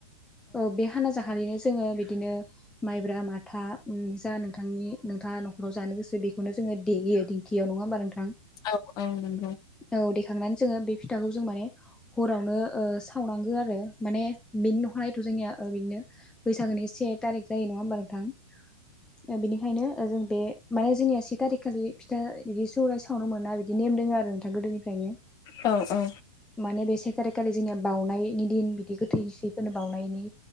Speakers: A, in the centre; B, on the left.
A: औ बे हाना जाखालिनो जोङो बिदिनो माइब्रा माथा ओम जा नोंथांनि नोंथाङा न'खराव जानो गोसो बेखौनो जोङो देयो दिंखियाव नङा होमबा नोंथां
B: औ औ नंगौ
A: औ देखांनानै जोङो बे फिथाखौ जों माने हरावनो ओ सावनांगो आरो माने बेनि अखानायैथ' जोंनिया ओ बिनो बैसागोनि से थारिख जायो नङा होमबा नोंथां ओ बेनिखायनो ओ जों बे माने जोंनिया से थारिख खालि फिथा बिदि सौराय सावनो मोना बिदि नेम दोङो आरो नोंथां गोदोनि फ्रायनो।
B: औ औ
A: माने बे से थारिख खालि जोंनिया बाउनायनि दिन बिदि गोथैसैफोरनो बावनायनि।